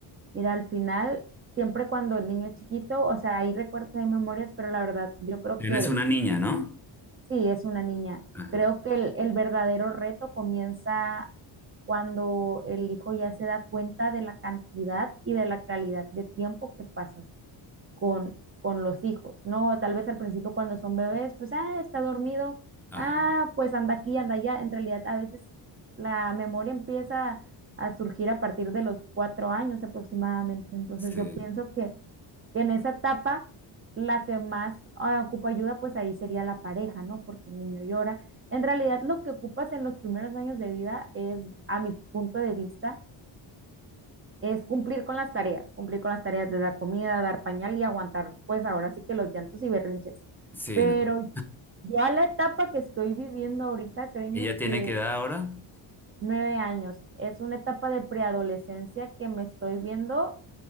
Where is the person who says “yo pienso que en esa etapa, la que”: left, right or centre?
Right